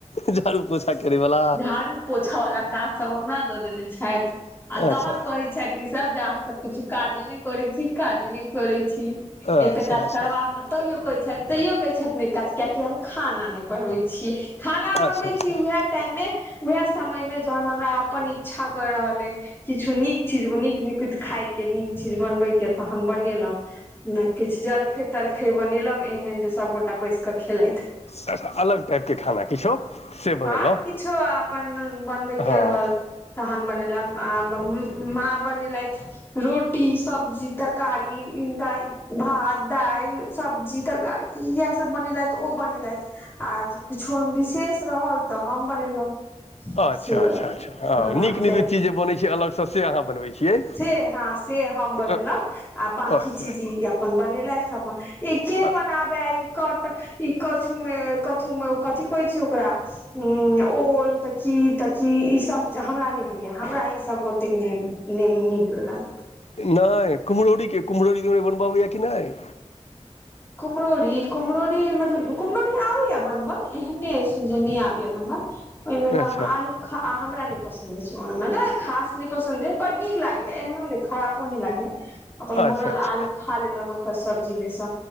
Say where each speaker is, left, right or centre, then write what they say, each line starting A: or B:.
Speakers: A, on the left; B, on the left.
A: झाड़ू पोछा करैवला
B: झाड़ू पोछा वालला काज सभ हमरा दऽ देने छथि आ तहन
A: अच्छा
B: कहै छथि ईसभ जे अहाँ सभ कछु काजे नहि करै छी काजे नहि करैत छी
A: अच्छा
B: एते काज
A: अच्छा
B: करबकऽ तैयो कहै छथि तैयो कहै छथिन काज कियाकि हम खाना नहि बनबै छियै। खाना बनबे
A: अच्छा अच्छा
B: छै उएह टाइम मे उएह समय मे जहन हमरा अपन इच्छा कर रहल अे किछु नीक चीज नीक निकु खाय के नीक चीज बनबे के तहन बनेलहूँ ने किछु जलखै तलखै बनेल एहन जे सभगोटा बैस क खेलथि
A: अच्छा अलग टाइप के खाना किछो से बनेलहुँ
B: ह किछो अपन बनबै
A: हँ
B: के रहल तहन बनेलथि माँ बनेलथि। रोटी सब्जी तरकारी इनका। भात दालि सब्जी तरकारी इएह सभ बनेलथि ओ बनेलथि आ किछो विशेष रहल तऽ हम बनेलहुँ।
A: अच्छा
B: से वला
A: अच्छा अच्छा हैं
B: हँ हँ
A: नीक
B: तें
A: नीक चीज जे बनैत छै अलग से अहाँ बनबै छियै
B: से हँ से हम बनेल
A: अ-
B: आ बकी
A: अच्छा
B: चीज अपन बनेलथि हम के
A: अ-
B: बनाबे कट ई कछु मे कथु मे ओ कथी कहै छै ओकरा ओल तऽ कि तऽ की ईसभ हमरा नहि होइया हमरा ईसभ ओतेक नहि नै निक लाग
A: नहि कुमरोरी के कुमरोरी बनब आबे या कि नहि
B: कुम्हररी कुम्हरौरी मतलब कुम्हरौरी आबैए बनबल एहने अछि जे नहि आबैए बनबल ओहिमे तऽ
A: अच्छा
B: आलू हमरा नहि पसन्द छै। ओहिमे खास नहि पसन्द अछि बड़ नीक लागेया एहनो ने खराबो नै लागैया अपन
A: अच्छा
B: बनल
A: अच्छा
B: आलू ख खा लेलहु मकर सब्जीमे स